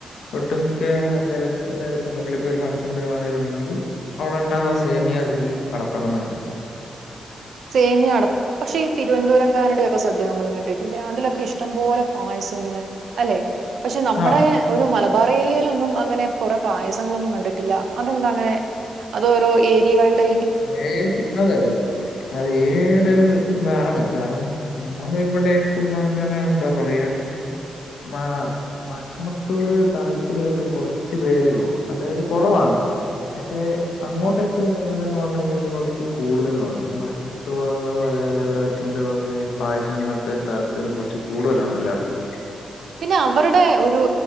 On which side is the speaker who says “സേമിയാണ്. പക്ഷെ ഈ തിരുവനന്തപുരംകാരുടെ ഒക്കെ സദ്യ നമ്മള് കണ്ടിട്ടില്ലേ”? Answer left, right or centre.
Right